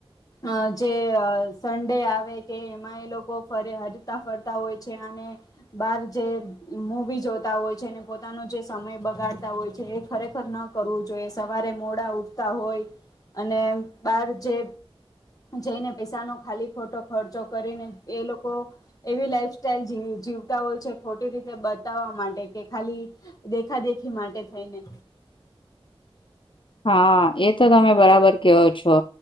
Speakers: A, on the left (about 35°); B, on the left (about 55°).
A: અ જે અ સન્ડે આવે કે એમાં એ લોકો ફરે હરતા-ફરતા હોય છે. અને બાર જે મૂવી જોતા હોય છે ને પોતાનું જે સમય બગાડતા હોય છે. એ ખરેખર ન કરવું જોઈએ. સવારે મોડા ઉઠતા હોય અને બાર જે જઈને પૈસાનો ખાલી ખોટો ખર્ચો કરીને એ લોકો એવી લાઈફ સ્ટાઈલ જીવતા હોય છે. ખોટી રીતે બતાવવા માટે કે ખાલી દેખા-દેખી માટે થઈને
B: હા, એ તો તમે બરાબર કયો છો.